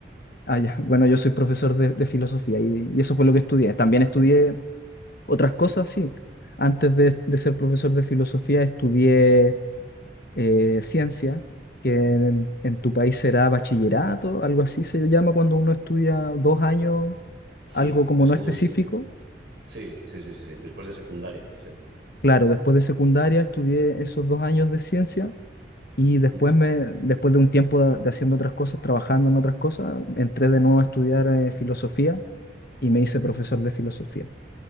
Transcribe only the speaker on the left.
Ah, ya, <laughs> bueno, yo soy profesor de, de filosofía y, y eso fue lo que estudié. También estudié otras cosas, sí. Antes de, de ser profesor de filosofía estudié eh, ciencia, que en, en tu país será bachillerato, algo así se llama cuando uno estudia dos años,
algo como
no
específico
Claro, después de secundaria estudié esos dos años de ciencia y
después me, después de un tiempo de, de haciendo otras cosas, trabajando en otras cosas, entré de nuevo a estudiar eh, filosofía y me hice profesor de filosofía.